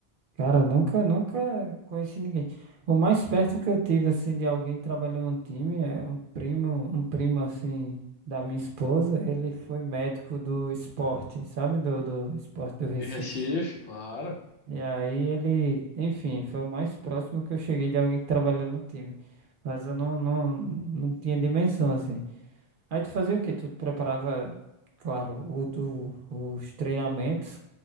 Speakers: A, on the right (about 60°); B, on the left (about 85°).
A: Cara, nunca, nunca conheci ninguém. O mais perto que eu tive, assim, de alguém trabalhando no time é um primo, um primo, assim, da minha esposa. Ele foi médico do esporte, sabe? Do, do esporte do Recife.
B: de Recife, claro.
A: E aí ele, enfim, foi o mais próximo que eu cheguei de alguém que trabalhou no time. Mas eu não, não, não tinha dimensão, assim. Aí tu fazia o quê? Tu preparava, claro, o, tu- os treinamentos.